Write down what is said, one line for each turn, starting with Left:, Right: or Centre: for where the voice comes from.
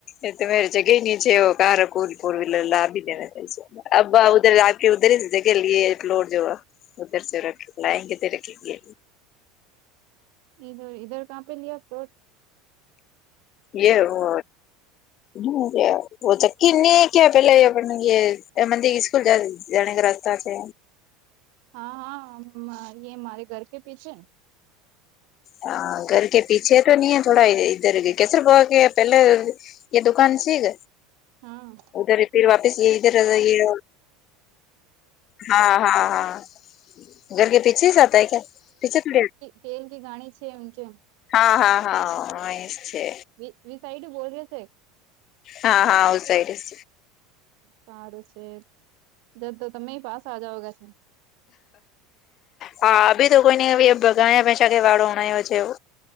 Left: એ તમેરે જગ્યા નીચે ઓ કહા રખું ફોર વિલ લભી દેવા અબ ઉધર જાકે ઉધર જગ્યા લઈએ એટલોર જોવા <unintelligible> ઉધર સે રખ લાયેંગે તેરે લીયે.
Right: ઇધર ઇધર કહાં પે લીયા પ્લોટ?
Left: યે વો હમ યે વો ચક્કી ની કે પેલે યે <unintelligible> સ્કૂલ જાણે કા રાસ્તા છે.
Right: હા હા યે મારે ઘર કે પીછે,
Left: હા ઘર કે પીછે તો ની એ થોડા ઇધર કેસર ભવ કે પહેલા, એ દુકાન છે ગ,
Right: હા,
Left: ઉધર ફિર વાપિસ યે ઇધર યે, હા હા હા, ઘર કે પીછે સ આતા હે ક્યા પીછી થોડી આત
Right: તેલ કી ધાણી છે ઉનકે,
Left: હા હા હા એજ છે.
Right: વી વી સાઈડે બોલ રર્યો છે.
Left: હા હા આવ સાઈડ સ,
Right: સારું છે જદ તો તમે પાસા જઓગા,
Left: હા અબી તો કોઈ નને અબી ગાય ભેંસ્યા કે વાળો બનાયો છે ઓ,